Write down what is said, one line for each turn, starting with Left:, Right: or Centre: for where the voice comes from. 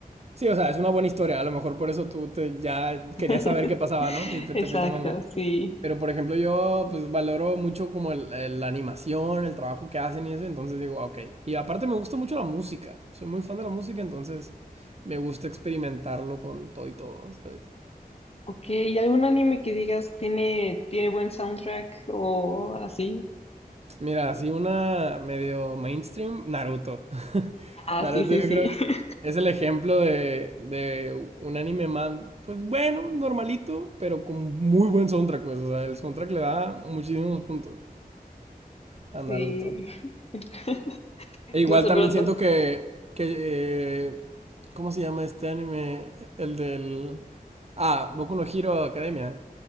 Right: Sí, o sea, es una buena historia. A lo mejor por eso tú te, ya querías
Left: <laughs>
Right: saber qué pasaba, ¿no? Y pues
Left: exacto,
Right: te fuiste al manga.
Left: sí.
Right: Pero por ejemplo yo pues valoro mucho como el- el- la animación, el trabajo que hacen y eso, entonces digo, "Ah, ok. Y aparte me gusta mucho la música, soy muy fan de la música, entonces me gusta experimentarlo con todo y todo, ¿sabes?
Left: Ok, ¿y algún anime que digas tiene, tiene buen soundtrack o así?
Right: Mira, así una medio mainstream, Naruto. <laughs>
Left: Ah,
Right: Naruto
Left: sí, sí,
Right: yo creo
Left: sí. <laughs>
Right: que es el ejemplo de, de un anime más, pues bueno, normalito, pero con muy buen soundtrack, pues, o sea, el soundtrack le da muchísimos puntos a Naruto.
Left: Sí. <laughs>
Right: E igual
Left: No sé,
Right: también
Left: pero
Right: siento
Left: todos.
Right: que, que eh, ¿cómo se llama este anime? El del... Ah, Boku no Hero Academia.